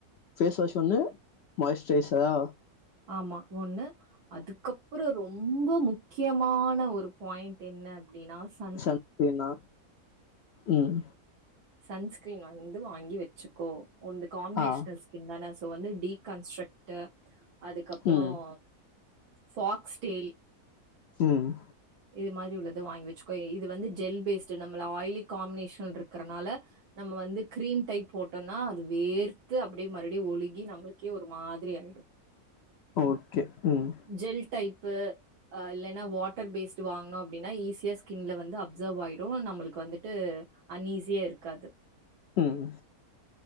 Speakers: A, on the left (about 75°); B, on the right (about 90°).
A: ஃபேஸ் வாஷ் ஒன்னு மாய்ஸ்டுரைசரா
B: ஆமா ஒண்ணு அதுக்கப் அப்புறம் ரொம்ப முக்கியமான ஒரு ஃபாயிண்ட் என்னா அப்படின்னா ஸ்
A: சன்ஸ் ஸ்கிரீனா ம்
B: சன்ஸ்கிரீன வந்து வாங்கி வச்சுக்கோ ஒன்து காம்மினேஷனல்
A: ஆ
B: ஸ் இந்தனா சோ வந்து டீ கன்ஸ்ட்ரக்ட் டு அதுக்கப்புறம்
A: ம்
B: ஃபாக்ஸ் டெயில்
A: ம்
B: இது மாரி உள்ளத வாங்கி வச்சுக்கோ இது வந்து ஜெல் ஃபேஸ்டு நம்மள ஆயிலி காம்மினேஷன் இருக்கிறனால நம்ம வந்து கிரீம் டைப் போட்டோனா அது வேர்த்து அப்படியே மறுபடி ஒழுகி நம்மளுக் கே ஒரு மாதிரி ஆயிடும்
A: ஓகே ம்
B: ஜெல் டைப்பு அ இல்லன்னா வாட்டர் ஃபேஸ்ட் வாங்கனோ அப் ப்டினா ஈஸியா ஸ்கின்ல வந்து அப்சர்வ் ஆயிடும் நம்மளுக்கு வந்துட்டு அன்ஈஸியா இருக்காது
A: ம்